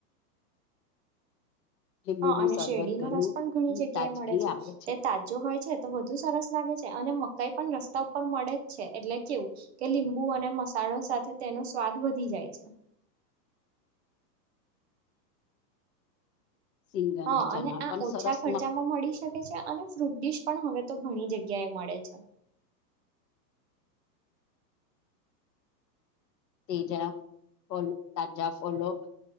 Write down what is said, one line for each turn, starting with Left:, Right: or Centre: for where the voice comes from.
Left: લીંબુનું
Right: હા, અને
Left: સરબત
Right: શેરડીનોો
Left: ઘણું
Right: રસ પણ ઘણી જગ્યાએ
Left: તાજગી
Right: મળે છે.
Left: આપે
Right: તે તાજો હોય છે. તો વધુ સરસ લાગે છે, અને મકાઈ પણ રસ્તા ઉપર મળે જ છે. એટલે કેવું કે લીંબુ અને મસા સાથે તેનો સ્વાદ વધી જાય છે. <unintelligible>
Left: સિંગ
Right: હા,
Left: ચના
Right: અને આ
Left: પણ
Right: ઓછા
Left: સરસ
Right: ખર્ચામાં મળી શકે છે. અને ફ્રૂટ ડીશ પણ હવે, તો ઘણી જગ્યાએ મળ મળે છે.
Left: તજા, ફલ તાજા ફલો